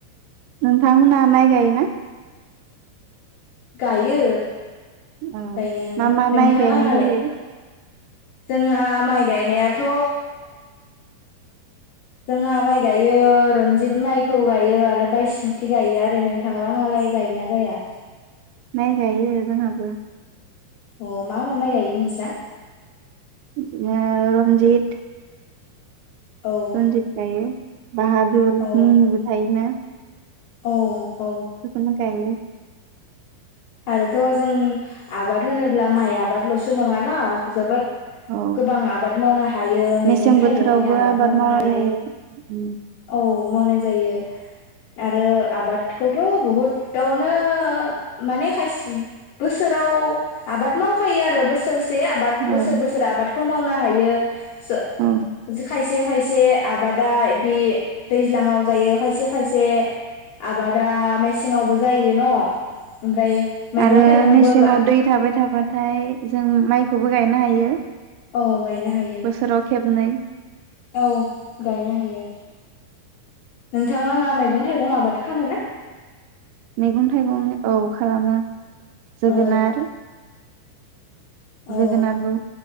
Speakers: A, on the right; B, on the left.
A: नोंथांमोनहा माइ गायोना?
B: गायो
A: उम
B: गायनायालाय
A: मा मा
B: नोंथां
A: माइ गायनाय
B: लाङालाय
A: जायो?
B: जोंहा माइ गायनायाथ' जोंहा माइ गायो रन्जित माइखौ गायो आरो बायसमुथि गायो आरो। नों थांलाङालाय गायोना गाया?
A: माइ गायो जोंहाबो।
B: अ मा मा गाइ गायो नोंसा?
A: बिदिनो रन्जित
B: औ
A: रजित गायो। बाहादुर मुंनिबो
B: औ
A: थायोना।
B: औ
A: <unintelligible>
B: औ
A: गाययो
B: आरोथ' जों आबाद होनोब्ला माइ आबादल'सो नङा ना जोबोद
A: औ
B: गोबां आबाद मावनो हायो
A: मेसें
B: मैगं
A: बोथोरावबो
B: थाइगंनि आबाद मावनो
A: मावनाय
B: हायो।
A: जायो उम
B: औ मावनाय जायो आरो आबादखौथ' बहुदावनो माने खायसे बोसोराव आबाद मावखायो आरो बोसोर से आबाद बोसोर
A: औ
B: बोसोर आबाद खौ मावनो हायो ज
A: औ
B: खायसे खायसे आबादा बे दैज्लाङाव जायो खायसे खायसे आबादा मेसेङावबो जायो न' ओमफ्राय मैगं
A: आरो
B: थाइगंबो
A: मेसेंयाव दै थाबाय थाबाथाय जों माइ खौबो गायनो हायो।
B: औ गायनो हायो
A: बोसोराव खेबनै
B: औ गायनो हायो। नोंथांलाङा मैगं थाइगं आबाद खालामो ना
A: मैगं थाइगं औ खालामो जोगोनार
B: औ औ
A: जोगोनारबो